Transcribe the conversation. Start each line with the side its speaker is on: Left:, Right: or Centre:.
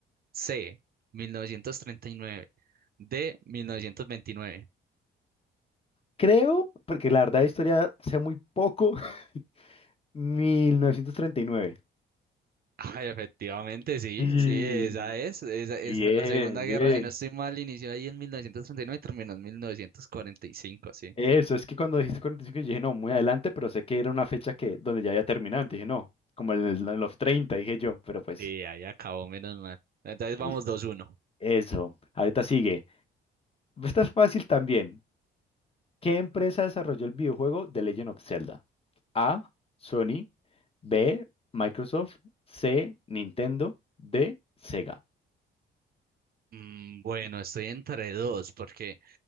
Right: C, mil novecientos treinta y nueve D, mil novecientos veintinueve
Left: Creo, porque la verdad de historia sé muy poco, <laughs> 1939.
Right: Ay, efectivamente, sí,
Left: sí.
Right: sí, esa es, esa, esa-
Left: Bien,
Right: la Segunda Guerra,
Left: bien.
Right: si no estoy mal, inició ahí en mil novecientos treinta y nueve y terminó en mil novecientos cuarenta y cinco sí.
Left: Eso, es que cuando dijiste 45 yo dije, no, muy adelante, pero sé que era una fecha que donde ya había terminado, entonces dije, no, como en, el- en los treinta dije yo, pero pues,
Right: Sí, ahí acabó, menos mal. Entonces
Left: listo.
Right: vamos dos uno
Left: Eso, ahorita sigue. Esta es fácil también. ¿Qué empresa desarrolló el videojuego The Legend of Zelda? A, Sony, B, Microsoft, C, Nintendo, D, Sega.
Right: Mm, Bueno, estoy entre dos, porque